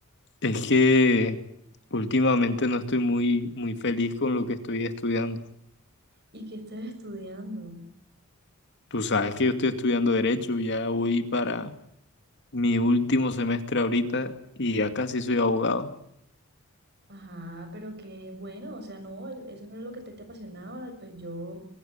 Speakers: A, on the left (about 55°); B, on the right (about 50°).
A: es que últimamente no estoy muy, muy feliz con lo que estoy estudiando.
B: ¿Y qué estás estudiando?
A: Tú sabes que yo estoy estudiando Derecho, ya voy para mi último semestre ahorita y ya casi soy abogado.
B: Ajá, pero qué bueno, o sea, no, el- eso no era lo que te, te apasionaba. Pues yo